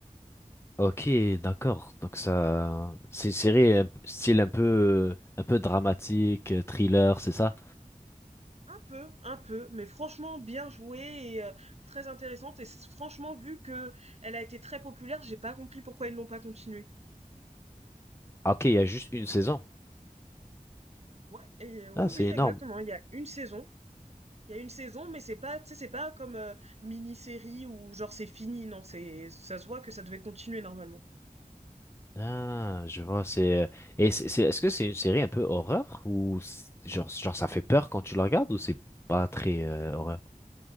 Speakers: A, on the left; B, on the right.
A: Ok, d'accord. Donc ça, c'est une série euh, style un peu, euh, un peu dramatique, euh, thriller, c'est ça?
B: Un peu, un peu, mais franchement bien joué et euh, très intéressante. Et c- franchement, vu que elle a été très populaire, j'ai pas compris pourquoi ils l'ont pas continuée.
A: Ah, ok, il y a juste une saison.
B: Ouais, et, euh, oui,
A: Ah, c'est
B: oui,
A: énorme.
B: exactement. Il y a une saison. Il y a une saison, mais c'est pas, tu sais, c'est pas comme euh, mini-série où genre c'est fini, non, c'est, ça se voit que ça devait continuer normalement.
A: Ah, je vois. C'est euh, et c'est, c'est- est-ce que c'est une série un peu horreur ou c'est- genre, genre ça fait peur quand tu la regardes ou c'est pas très euh, horreur?